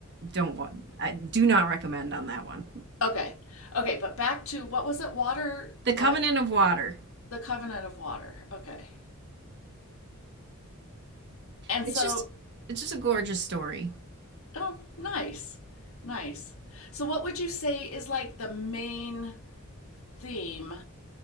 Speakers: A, on the right (about 50°); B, on the left (about 65°).
A: don't want, I do not recommend on that one.
B: Okay. Okay, but back to what was it? Water,
A: The
B: what?
A: Covenant of Water.
B: The covenant of water. Okay. And
A: It's
B: so,
A: just, it's just a gorgeous story.
B: oh, nice. Nice. So what would you say is like the main theme?